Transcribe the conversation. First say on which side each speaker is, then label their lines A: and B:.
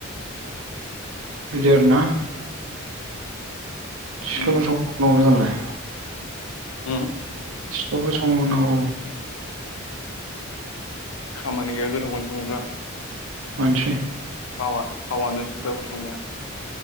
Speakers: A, on the right; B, on the left.
A: <unintelligible> सिख्लाफोर
B: उम
A: संहरनांगौ <unintelligible>
B: <unintelligible>
A: <unintelligible> <unintelligible>
B: खामानि गैया गोथावखौनो संनो रोङा
A: मनसै
B: फाव फावानो सिख्लाफोर संनाया